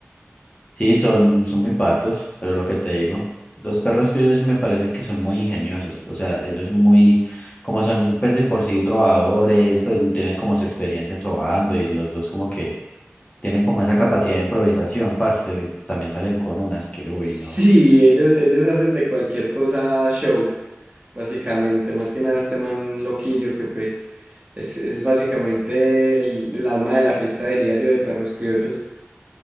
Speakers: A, on the left (about 30°); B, on the right (about 30°).
A: Sí, son, son muy patos, pero lo que te digo, los perros criollos sí me parece que son muy ingeniosos, o sea, ellos son muy, como son pues de por sí trovadores, pues tienen como su experiencia trovando y los dos como que tienen como esa capacidad de improvisación, parce, también salen con unas que, uy,
B: Sí,
A: no.
B: ellos, ellos hacen de cualquier cosa show, básicamente. Más que nada este man loquillo que pues es, es básicamente el, el alma de la fiesta, diría yo, de Perros Criollos.